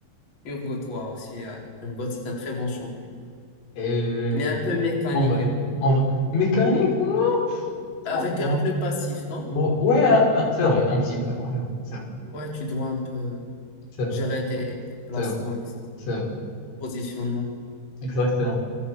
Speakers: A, on the left; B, on the left.
A: Urgot, toi aussi. ouais. Urgot, c'est un très bon champion.
B: Et
A: Il est un peu mécanique,
B: en vrai,
A: Urgot.
B: en vrai. Mécanique, non,
A: Avec,
B: ça va.
A: avec le passif, non?
B: Bon, ouais, un- un- c'est vrai, un petit peu. Ouais, ouais, c'est vrai,
A: Ouais, tu dois un peu
B: c'est vrai,
A: gérer tes, tes placements,
B: c'est vrai,
A: etc.
B: c'est vrai.
A: Ton positionnement.
B: Exactement.